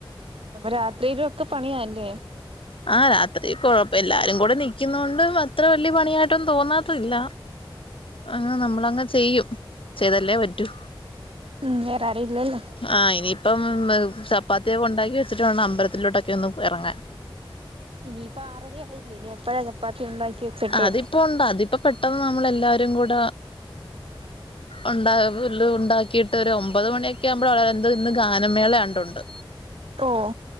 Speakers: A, on the right; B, on the left.
A: രാത്രിയിലൊക്കെ പണിയാലേ.
B: ആ രാത്രി കുഴപ്പം എല്ലാരും കൂടെ നിൽക്കുന്ന കൊണ്ടും അത്ര വലിയ പണിയായിട്ടൊന്നും തോന്നാത്തത്തില്ല. അങ്ങനെ നമ്മളങ്ങ് ചെയ്യും. ചെയ്തല്ലേ പറ്റൂ.
A: ഉം വേറാരും ഇല്ലല്ലോ.
B: ആഹ ഇനിയിപ്പം ചപ്പാത്തിയൊക്കെ ഉണ്ടാക്കി വെച്ചിട്ട് വേണം അമ്പലത്തിലോട്ടൊക്കെ ഒന്ന് ഇറങ്ങാൻ.
A: ഇനിയിപ്പ ആറര ആയില്ലേ ഇനി എപ്പഴാ ചപ്പാത്തി ഉണ്ടാക്കി വെച്ചിട്ട്
B: അതിപ്പോ ഉണ്ട് അതിപ്പോ പെട്ടെന്ന് നമ്മൾ എല്ലാരും കൂട
A: <inaudible>
B: ഉണ്ടാ പുല് ഉണ്ടാക്കിയിട്ട് ഒരു ഒമ്പത് മണിയൊക്കെ ആകുമ്പോൾ എന്ത് ഇന്ന് ഗാനമേളയാണ്ടുണ്ട്.
A: ഓഹ്‌